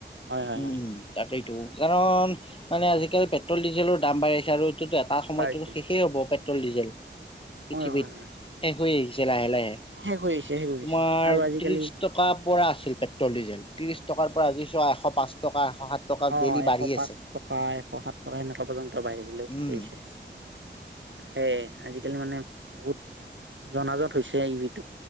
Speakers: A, on the right; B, on the left.
A: হয় হয়
B: উম
A: হয়
B: উম তাকেই। টো। কাৰণ মানে আজিকালি। পেট্ৰল ডিজেলৰ দাম বাঢ়িচে আৰু। এটা সময়তো
A: বাঢ়িছে
B: শেষই হব সপাই। Petrol diesel. পৃথিৱীত
A: হয় হয় হয়
B: শেষ হৈ আহিছে। ছে লাহে লাহে। তোমাৰ
A: শেষ হৈ আহিছে শেষ হৈ আহিছে আৰু আজিকালি
B: ত্ৰিশ টকা পৰা আছিলে। পেট্ৰল ডিজেল ত্ৰিশ টকাৰ পৰা আজি চোৱা। পাঁচ টকা এশ সাত টকা
A: অ
B: ডেইলি বাঢ়ি
A: এশ পাঁচ
B: আছে
A: টকা এশ সাত টকা এনেকুৱা পৰ্যন্ত বাঢ়িবলৈ
B: উম
A: ধৰিছে হেই আজি। আজিকালি মানে বহুত জনাজত হৈছে এইবিধ।